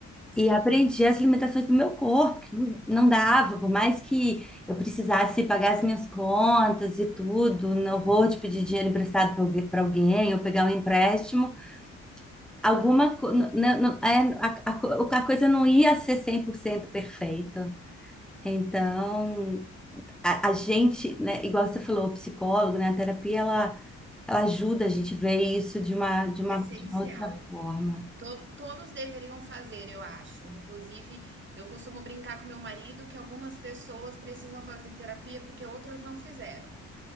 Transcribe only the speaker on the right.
Sim,
essencial.
To- todos deveriam fazer, eu acho. Inclusive, eu costumo brincar com meu marido que algumas pessoas precisam fazer terapia porque outras não fizeram.